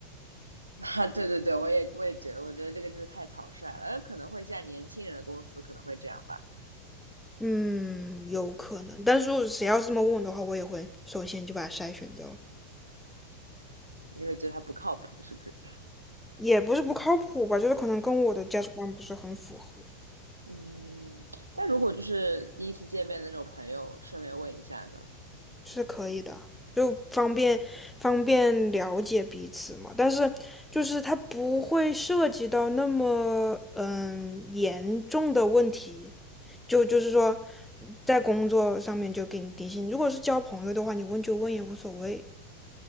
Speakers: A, on the right; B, in the centre.
A: 啊，对对对，我也我也觉得，我觉得这个就是太草率了，呃，可能会像年轻人的公司可能会这样吧。
B: 嗯，有可能，但是如果谁要是这么问我的话，我也会首先就把他筛选掉了。
A: 你会觉得他不靠谱，是不是？
B: 也不是不靠谱吧，就是可能跟我的价值观不是很符合。
A: 嗯，但如果就是第一次见面的那种朋友，顺便问一下呢？
B: 是可以的，就方便方便了解彼此嘛。但是就是它不会涉及到那么嗯严重的问题，就就是说在工作上面就给你定性。如果是交朋友的话，你问就问也无所谓。